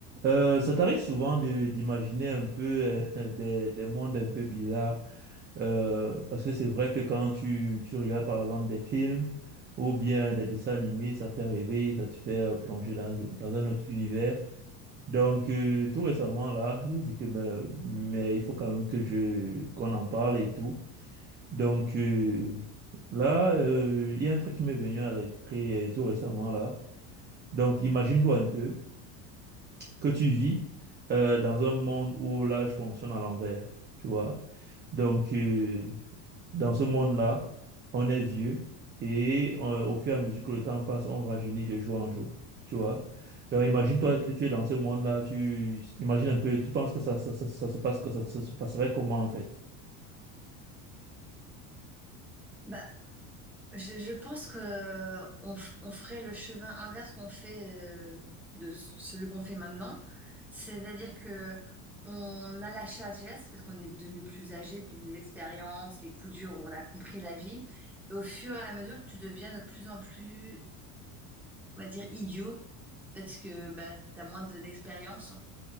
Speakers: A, on the right (about 25°); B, in the centre.
A: Euh, ça t'arrive souvent de- d'imaginer un peu euh, <laughs> des, des mondes un peu bizarres, euh, parce que c'est vrai que quand tu, tu regardes par exemple des films ou bien des dessins animés, ça fait rêver, ça te fait euh, plonger dans, dans un autre univers. Donc euh, tout récemment là, j'ai dit que ben, mais il faut quand même que je qu'on en parle et tout. Donc euh, là, euh, il y a un truc qui m'est venu à l'esprit euh, tout récemment là. Donc imagine-toi un peu que tu vis euh, dans un monde où là, je fonctionne à l'envers, tu vois. Donc, euh, dans ce monde-là, on est vieux et euh, au fur et à mesure que le temps passe, on rajeunit de jour en jour, tu vois. Donc, imagine-toi
B: Oui.
A: que tu es dans ce monde-là, tu imagines un peu, tu penses que ça, ça, ça, ça se passe, que ça, ça se passerait comment en fait?
B: Bah, je, je pense que euh, on, f- on ferait le chemin inverse qu'on fait euh, de celui qu'on fait maintenant, c'est-à-dire que on a la sagesse parce qu'on est devenu plus âgé, donc les expériences, les coups durs, on a compris la vie, et au fur et à mesure, tu deviens de plus en plus, on va dire, idiot parce que bah, t'as moins de- d'expérience.